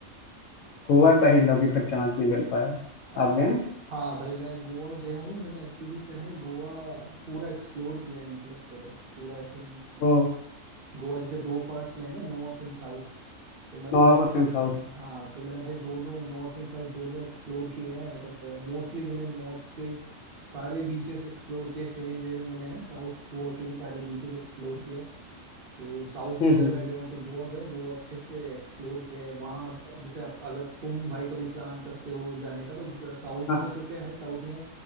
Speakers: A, on the left; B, on the right.
A: गोवा साइड अभी तक चांस नहीं मिल पाया
B: अच्छा
A: आप गए
B: ब-
A: हैं?
B: हाँ भाई मैं गोवा गया हूँ मैंने एक्चुअली क्या है गोवा पूरा एक्सप्लोर किया है मतलब अ, पूरा ऐसे अ,
A: तो
B: गोवा जैसे दो पार्ट्स में है ना नॉर्थ एंड साउथ तो मैंने
A: नॉर्थ
B: भाई अ,
A: एंड साउथ
B: हाँ तो मैंने भाई दोनों नॉर्थ एंड साउथ दोनों एक्सप्लोर किए हैं मतलब मोस्टली मैंने नॉर्थ के सारे बीचेस एक्सप्लोर किए सेम वे में मैंने ना साउथ गोवा के भी सारे बीचेस एक्सप्लोर किए तो साउथ में
A: हम्म
B: अगर
A: हम्म
B: मैं गया हूँ तो गोवा गया हूँ गोवा अच्छे से एक्सप्लोर किया है वहाँ जैसे आप अगर तुम भाई कभी प्लान करते हो जाने का तो साउथ
A: हाँ
B: में तो क्या है साउथ में